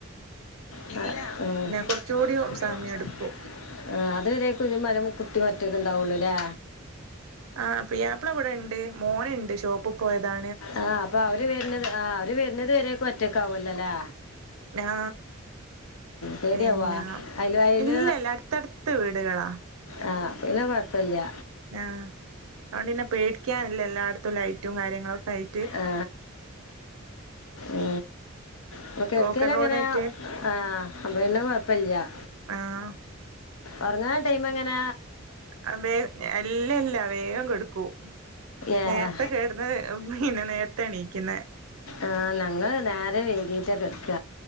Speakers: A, on the left; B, on the right.
A: ഇല്ല പിന്നെ
B: കുറച്ചുകൂടി
A: കുറച്ചൂടി
B: സമയം
A: ഉണ്ട്
B: എടുക്കും
A: ആ ആ ഇതുവരെക്കുംമരം കുട്ടിയൊറ്റൊക്ണ്ടാവുള്ളുല്ലേ
B: ആ പുയ്യ്യപ്പിളവിടെണ്ട് മോന്ണ്ട് ഷോപ്പ്പോയതാണ്
A: ആ അപ്പൊവര്വരുന്നത് ആ അവര്വരുന്നത് വരേക്കൊറ്റാവല്ലോല്ലേ
B: ആ
A: പേടിയാവാ
B: പിന്നെ
A: അയല് അയല്
B: ഇല്ലല്ല അട്ത്തട്ത്ത് വീട്കളാ
A: ആ അപ്പപിന്നെ കൊഴപ്പല്ല്യ
B: ആ അതൊണ്ട്ന്നെ പേടിക്കാനില്ലല്ലാ ട്ത്തും ലൈറ്റും കാര്യങ്ങളൊക്കെയി
A: ആ ആ ഇപ്പൊ കിടക്കലെങ്ങന
B: പോക്കറ്റ് റോഡായിട്ട്
A: ആ അപ്പോപ്പിന്നെ കൊഴപ്പില്ല്യ
B: ആഹ്
A: ഉറങ്ങാന്ടൈമങ്ങന
B: ആ വേഗ അല്ല അല്ല വേഗം കെടക്കും
A: ഏഹ്
B: നേരത്തെകേടന്ന് പിന്നെ നേരത്തെഎണീക്കണെ
A: ആ ഞങ്ങള് നേരംവൈകീട്ടകെടക്ക